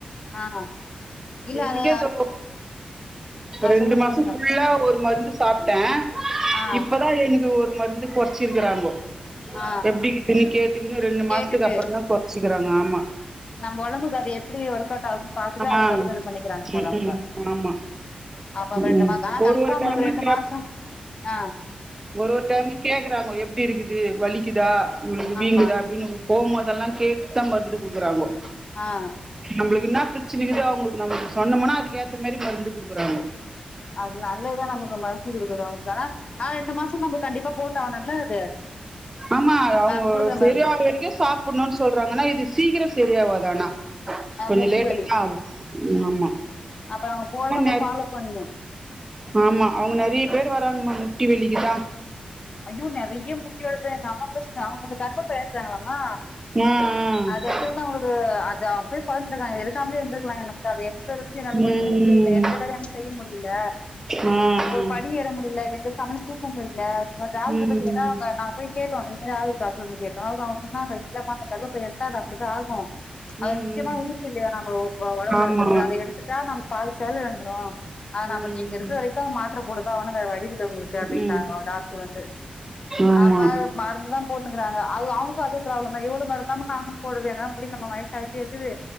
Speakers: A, on the left (about 40°); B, on the right (about 15°).
A: ஆ இல்ல
B: எனக்கு
A: அது
B: இதுோ
A: ஆ
B: ரெண்டு
A: சொல்லுங்க
B: மாசம்
A: சொல்லுங்க
B: புல்லா ஒரு மருந்து சாப்பிட்டேன்
A: ஆ
B: இப்பதான் எனெக் ஒரு ஓர் மருந்து குறைச்சிருக்கிறாங்கோ
A: ஆ
B: எப்புடியிதுக்குனு கேட்டுகுனு ரெண்டு
A: கேட்டுட்டு
B: மாசத்துக்கு அப்புறம் தான் குறச்சீறாங்க ஆ ஆமா
A: நம்ம உடம்புக்கு அது எப்படி ஒர்க் அவுட் ஆகுதுன்னு பாாரத்துட்டு அதுக்கப்புறம்
B: ஆ ம்
A: இது பண்ணிக்கிறாங்க போதவங்க
B: ம் ஆமா
A: அப்ப
B: ம்
A: ரெண்டு மாசம் ஆனா
B: ஒரு
A: கன்ஃபார்ம்
B: ஒரு டைமு
A: ரெண்டு
B: கேப்
A: மாசம் ஆஹ்
B: ஒரு ஒரு டைமூம் எப்படி இருக்குது வலிக்குதா உங்களுக்கு வீங்குதா
A: ஆமா
B: அப்படின்னு போதெல்லாம் கேட்டுதான் மருந்து கூக்குறாங்கோ
A: ஆஹ்
B: நம்மளுக்கென பிரச்சனைக்குதோ அவங்க நம்மளுக்கு சொன்னோம்னா அதுக்க ஏத்த மாதிரி மருந்து கொடுக்குறாங்கோ
A: அது நல்லதான் நமக்கு மருந்து கொடுக்குது அவங்கக்கானா ஆஹ் இந்த மாசம் நம்ம கண்டிப்பா போட்ட ஆகனல்ல அது
B: ஆமா அவங்க
A: ஆ குடுக்குற
B: செரியா
A: மருந்து
B: வரைக்கும் சாப்புடணும்னு சொல்றாங்க இது சீக்கிரம் சரியாவாதானா
A: ஆ
B: கொஞ்சம்
A: முட்டி
B: லேட்
A: வலி
B: ஆத ஆகும்
A: அப்ப நாங்க போறத நம்ம
B: ஆ
A: ஃபாலோ பண்ணும்
B: ஆமா அவங்க நிறைய பேர் வராங்கல முட்டி வலிக்குதா
A: ஐயோ நிறைய முட்டி எழு எங்க அம்மா கூட அவங்க கர்ப்பபை எடுத்துருக்கம
B: ஆ ஆ
A: அது எடுத்ததா தான் உ அது போய் பந்திருக்காங்க எடுக்கமே இருந்ததுருக்கலாம் எனக்கு பாத்தாதுக்கு என்னால ஒண்ணுமே
B: ம்
A: முடியல எந்த வேல என்னால செய்ய முடில
B: ஆ ஆ
A: ஒரு படி ஏற முடியல எந்த கவன தூக்க முடியல ஒரு டாக்டர்ட
B: ம்
A: போய்
B: ம்
A: கேட்டா அவங்க நாங்க போய் கேட் <unintelligible> சொன்ன இல்லாம அந்த கருப பை எடுத் து அப்படிதான் ஆகும் அத
B: ம்
A: ஒரு முக்கியமா
B: ம்.
A: உறுப்பு இல்லையா நம்ம உடம்புல
B: ஆமா
A: இருக்குறது அதை எடுத்துட்டா நம்ம பாதி சேல இழுந்துறோம் அத நம்ம
B: ம்
A: நீங்க இருக்கிற வரைக்க மாத்திர போடுதா அவனும் வேற வழி இல்லை உங்களுக்கு அப்டின்டாங்க
B: ம்
A: டாக்
B: ஆமா
A: <inaudible> அப்ப மறந்து வா போட்டுக்கிறாங்க அது அவங்க அதே ப்ராப்ளம் தான் எவ்ளோ மரந்தும் நானும் போடுதுன முடியும் நம வயச ஆயிட்ட இருக்குது